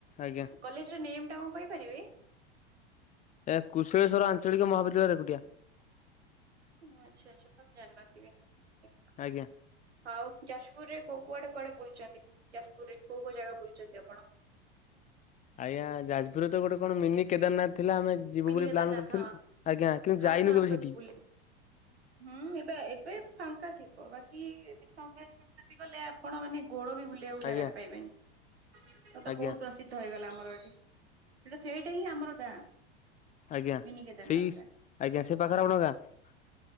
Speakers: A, on the left; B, on the right.
A: ଆଜ୍ଞା।
B: କଲେଜର ନେମ୍ଟା କଣ କହିପାରିବେ?
A: ଏ କୁଶଳେଶ୍ୱର ଆଞ୍ଚଳିକ ମହାବିଦ୍ୟାଳୟ ରେକୁଟିଆ।
B: ହ ଆଚ୍ଛା ଆଚ୍ଛା ତ ମୁ ଜନ୍ମା ଥିବି ଆଜ୍ଞା।
A: ଆଜ୍ଞା।
B: ଆଉ ଯାଜପୁରରେ କୋଉ କୁଆଡେ କୁଆଡେ ବୁଲୁଛନ୍ତି ଯାଜପୁରରେ କୋଉ କୋଉ ଜାଗା ବୁଲୁଛନ୍ତି ଆପଣ?
A: ଆଜ୍ଞା ଯାଜପୁରରେ ତ ଗୋଟେ କଣ ମିନି କେଦାରନାଥ୍ ଥିଲା ଆମେ ଯିବୁ
B: ମିନି
A: ବୋଲି
B: କେଦାରନାଥ
A: ପ୍ଲାନ୍ କରିଥିଲୁ ଆଜ୍ଞା କିନ୍ତୁ ଯାଇନୁ
B: ଆସୁ ଆସନ୍ତୁ
A: କେବେ ସେଠି।
B: ବୁଲି। ହୁଁ ଏବେ ଏବେ ଫାଙ୍କା ଥିବ ବାକି ମାନେ ସଂକ୍ରାନ୍ତି ଫାକ୍ରାନ୍ତି ଗଲେ ଆ ପଣ ମାନେ ଗୋଡ ବି ବୁଲିଆକୁ ଜାଗାଟେ
A: ଆଜ୍ଞା
B: ପାଇବେନି ଅ ତ
A: ଆଜ୍ଞା
B: ବହୁତ୍ ପ୍ରସି ଦ୍ଧ ହେଇଗଲା ଆମର ଏଠି <unintelligible> ସେଟା ସେଇଟା ହିଁ ଆମର ଗାଁ।
A: ଆଜ୍ଞା
B: ମିନି କେଦାରନାଥ
A: ସେଇସ୍
B: ଟା।
A: ଆଜ୍ଞା ସେ ପାଖରେ ଆପଣ ଗାଁ।